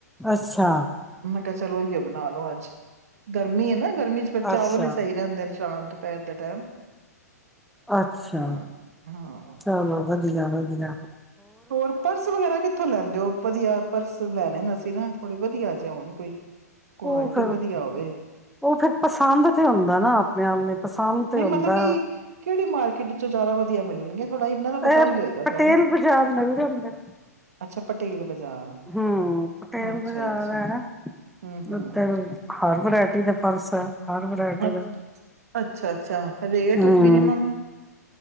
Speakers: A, in the centre; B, on the right (about 60°).
A: ਅੱਛਾ
B: ਮੈਂ ਕਿਹਾ ਚਲੋ ਔ ਹਿਯੋ ਬਣਾ ਲੋ ਅੱਜ ਗਰਮੀ ਹੈ ਨਾ ਗਰਮੀ ਗਰਮੀ ਪਰ ਚਾਵਲ
A: ਅੱਛਾ
B: ਹੀ ਚਾਹੀਦੇ ਹੁੰਦੇ ਹਨ ਸ਼ਾਮ ਦੁਪਹਿਰ ਦੇ ਟਾਈਮ
A: ਅੱਛਾ
B: ਹਾਂ ਹਾਂ
A: ਚਲੋ ਵਦੀਆਂ ਤੇ ਜਾਣਾ ਸੀਗਾ
B: ਹੋਰ ਪਰਸ ਵਗੈਰਾ ਕਿੱਥੋਂ ਲੈਂਦੇ ਹੋ ਵਧੀਆ ਪਰਸ ਲੈਣੇ ਨਾ ਅਸੀਂ ਏ ਨਾ ਥੋੜੇ ਵਧੀਆ ਚ ਹੋਉਣ ਕੋਈ ਕੁਆਲਿਟੀ
A: ਉਹ ਫਿਰ
B: ਵਧੀਆ ਹੋਵੇ
A: ਉਹ ਫਿਰ ਪਸੰਦ ਤੇ ਹੁੰਦਾ ਨਾ ਆਪਣੇ ਆਪ ਨੇ ਪਸੰਦ ਤੇ
B: ਨਹੀਂ
A: ਹੁੰਦਾ
B: ਮਤਲਬ ਕਿ ਕਿਹੜੀ ਮਾਰਕੀਟ ਚੋਂ ਜ਼ਿਆਦਾ ਵਧਦਿ ਆ ਵਦੀਆਂ ਮਿਲਣਗੀਆਂ ਥੋੜਾ ਇਹਨਾਂ ਦਾ ਪਤਾ
A: ਇਹ
B: ਹੀ ਹੋਏਗਾ
A: ਪਟੇਲ
B: ਤੁਹਾਨੂੰ
A: ਬਾਜ਼ਾਰ ਮਿਲ ਜਾਂਦਾ
B: ਅੱਛਾ ਪਟੇਲ ਬਾਜ਼ਾਰ
A: ਹੂ ਪਟੇਲ
B: ਅੱਛਾ
A: ਬਾਜ਼ਾਰ
B: ਅੱਛਾ
A: ਹੈ
B: ਹੂੰ ਹੂੰ
A: ਉਧਰ ਹਰ ਵਰਾਇਟੀ ਦੇ ਪਰਸ ਹਾਂ <inaudible> ਹਰ ਵਰਾਇਟੀ
B: ਅ
A: ਦਾ,
B: ਅੱਛਾ ਅੱਛਾ ਰੇਟ
A: ਹੂ
B: ਮਿਨੀਮਮ